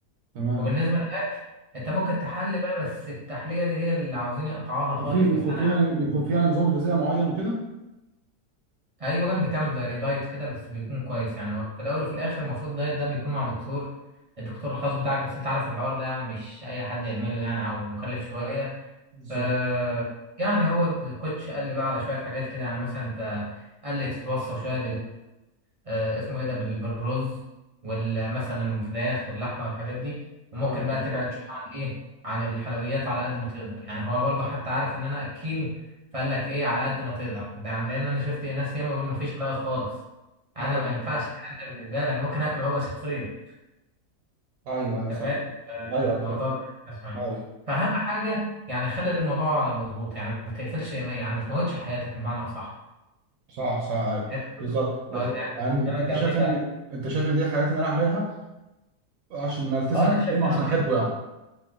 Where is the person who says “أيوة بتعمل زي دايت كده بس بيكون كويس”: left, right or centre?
Right